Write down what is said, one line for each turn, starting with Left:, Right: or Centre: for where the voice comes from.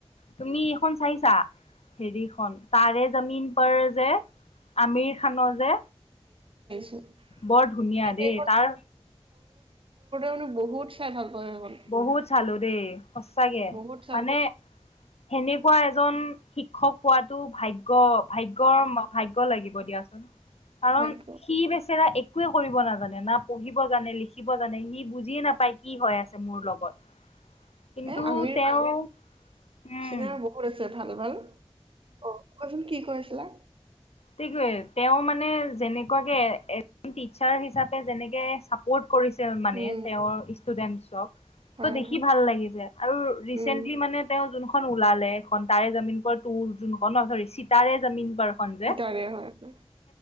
Left: তুমি এইখন চাইছা হেৰিখন তাৰে জামিন পাৰ যে আমিৰ খানৰ যে।
Right: সৰু সৰুতে
Left: বৰ ধুনীয়া দেই তাৰ
Right: মনো বহুত চাই ভাল। পাওঁ সেইখন
Left: বহুত চালো দেই সচাকে
Right: বহুত চালো
Left: মানে সেনেকুৱা এজন শিক্ষক পোৱাতো ভাগ্য ভাগ্য ভাগ্য লাগিব দিয়া। কাৰণ
Right: ভাগ্য
Left: সি বেচেৰা এক। একোৱে কৰিব নাজানে না পঢ়িব জানে লিখিব জানে সি বুজিয়ে নাপায় কি হয় আছে। মোৰ লগত কিন্তু
Right: এ আমিৰ
Left: তেওঁ
Right: খান
Left: উম
Right: চিনেমা বহুত আছে ভাল ভাল অ কচোন কি কৈছিলা
Left: ত তেওঁ মানে যেনেকুৱাকে এজন টিচাৰ হিচাপে যেনেকে চা পৰ্ট কৰিছিল মানে
Right: উম
Left: তেওঁৰ ষ্টুডেন্টছক।
Right: হয়
Left: ত দেখি
Right: হয়
Left: ভাল লাগিছে আৰু ৰিচেন্টলি
Right: উম
Left: মানে তেওঁ যোনখন ওলালে তাৰে জামিন পৰ তোৰ যোনখন ন চ চিতাৰে জামিন পৰখন যে
Right: সেইটোৱে হয়।